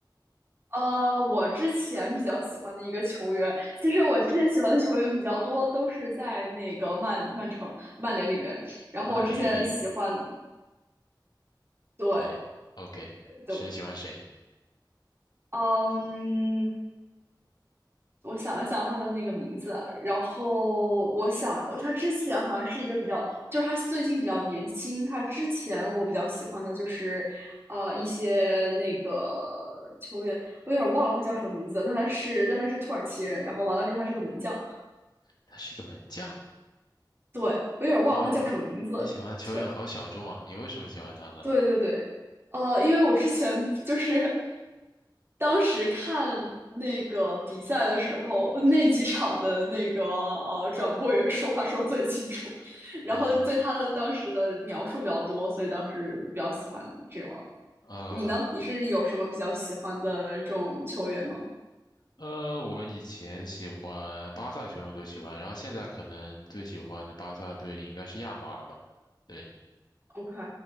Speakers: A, on the right; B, on the left.
A: 呃，我之前比较喜欢的一个球员，其实我之前喜欢的球员比较多，都是在那个曼曼城、曼联里面。然后我之前喜欢，
B: 曼联里，
A: 对，
B: 对，OK，
A: 对，
B: 是喜欢谁？
A: 嗯，我想一想他的那个名字啊然后我想，他之前好像是一个比较，就是他最近比较年轻。他之前我比较喜欢的就是，呃，一些那个球员，我有点忘了他叫什么名字，但他是但他是土耳其人，然后完了之后他是个门将，
B: 他是一个门将
A: 对，我有点忘了他叫什么名字，
B: 啊，你喜欢的球员好小众啊，
A: 对。
B: 你为什么喜欢他呢？
A: 对对对，呃，因为我之前就是当时看那个比赛的时候，那几场的那个呃转播员说话说最清楚，<laughs> 然后对他的当时的描述比较多，
B: 嗯哼。
A: 所以当时比较喜欢这种。
B: 呃，
A: 你呢？你是有什么比较喜欢的这种球员吗
B: 呃，我以前喜欢巴萨球员我都喜欢，然后现在可能最喜欢的巴萨队里应该是亚马尔吧。对，
A: ？OK，